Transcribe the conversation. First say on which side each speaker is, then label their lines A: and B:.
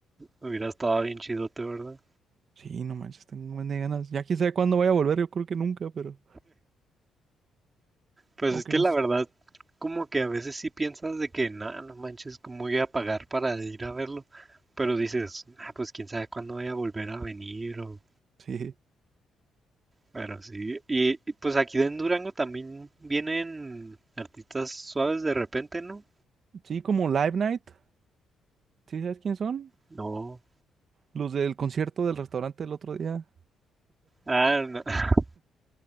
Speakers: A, on the right; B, on the right.
A: hubiera estado bien chidote, ¿verdad?
B: Sí, no manches, tengo un buen de ganas. Ya quién sabe cuándo vaya a volver, yo creo que nunca, pero.
A: Pues
B: Aunque
A: es que
B: no
A: la
B: sé.
A: verdad, como que a veces sí piensas de que, no, no manches, ¿cómo voy a pagar para ir a verlo? Pero dices, ah, pues quién sabe cuándo voy a volver a venir o...
B: Sí.
A: Pero sí, y, y, pues aquí en Durango también vienen artistas suaves de repente, ¿no?
B: Sí, como Live Night. ¿Sí sabes quién son?
A: No.
B: Los del concierto del restaurante del otro día.
A: Ah, no, <laughs>